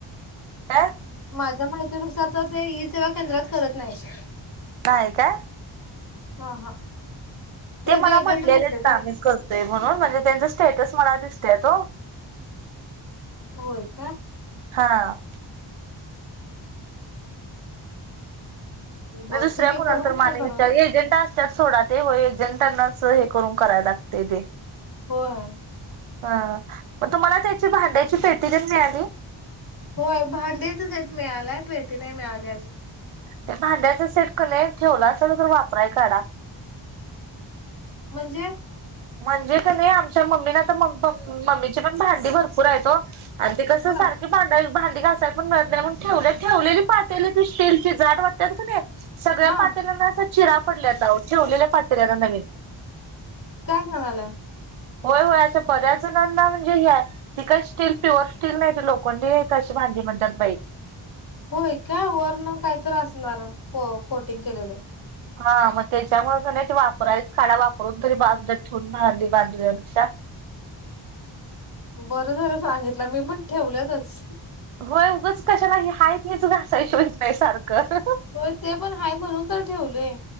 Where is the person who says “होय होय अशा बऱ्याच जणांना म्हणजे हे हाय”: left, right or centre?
Right